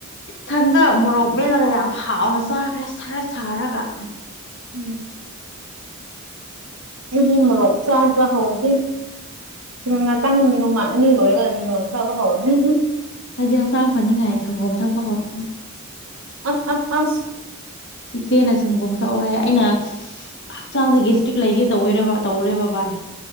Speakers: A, on the left; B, on the right.
A: ꯏꯊꯟꯗ ꯃꯣꯔꯣꯛ ꯃꯦꯠꯂꯒ ꯌꯥꯝ ꯍꯥꯎꯅ ꯆꯥꯈ꯭ꯔꯦ ꯁꯔ ꯁꯥꯔꯒ
B: ꯎꯝ ꯑꯩꯗꯤ ꯃꯔꯣ ꯆꯥꯕ ꯍꯥꯎ ꯎꯝ ꯉꯥꯛꯇꯪ ꯅꯣꯡꯃ ꯑꯅꯤ ꯂꯣꯏꯔꯒ ꯑꯗꯨ ꯃꯣꯔꯣꯛ ꯆꯥꯕ ꯍꯧꯔꯅꯤ
A: ꯍꯥꯏꯗꯤ ꯍꯛꯆꯥꯡ ꯐꯅꯤꯡꯉꯥꯏ ꯁꯪꯒꯣꯝ ꯊꯛꯄ ꯍꯧꯔꯅꯤ
B: ꯑꯁ ꯑꯁ ꯑꯁ
A: ꯏꯆꯦꯅ ꯁꯪꯒꯣꯝ ꯊꯛꯑꯣ ꯍꯥꯏ ꯑꯩꯅ ꯍꯛꯆꯥꯡꯗ ꯒꯦꯁꯇ꯭ꯔꯤꯛ ꯂꯩꯒꯦ ꯇꯧꯋꯦꯕ ꯇꯧꯔꯦꯕ ꯚꯏ